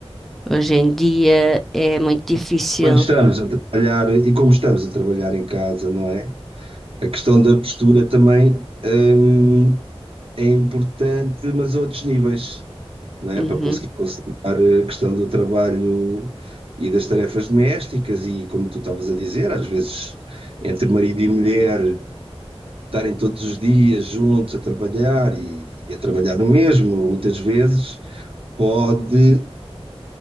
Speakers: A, in the centre; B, on the right.
A: Hoje em dia é muito difícil.
B: Quando estamos a trabalhar e como estamos a trabalhar em casa, não é? A questão da postura também, hum, é importante, mas a outros níveis, não é?
A: Uhum,
B: Para conseguir conciliar a questão do trabalho e das tarefas domésticas e, como tu estavas a dizer, às vezes entre marido e mulher estarem todos os dias juntos a trabalhar e, e a trabalhar no mesmo, muitas vezes pode